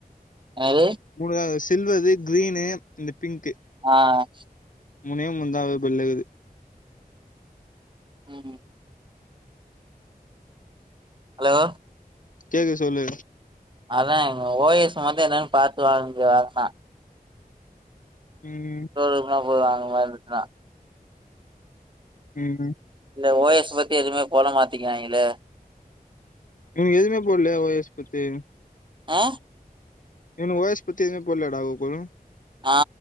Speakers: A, on the right (about 30°); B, on the left (about 60°).
A: என்னாது
B: மூணு தா இக்குது சில்வரு க்ரீனு இந்த பிங்க்கு
A: ஆ
B: மூணே மூணு தா அதுவு பில்லக்குது
A: ம் அலோ
B: கேக்குது சொல்லு
A: அதா அங்க ஓ எஸ் மட்டு என்னனு பாத்து வாங்கு அதா
B: ம்
A: ஷோரூம் தா போனு வாங்ற மார் இருந்துச்சுன்னா
B: ம் ம்
A: இந்த ஓ எஸ் பத்தி எதுமே போட மாத்திக்கிறாய்ங்களே
B: இன்னு எதுமே போட்லயா ஓ எஸ் பத்தி
A: ஆ
B: இன்னு ஓ எஸ் பத்தி எதுமே போட்லயாடா கோகுலு
A: ஆ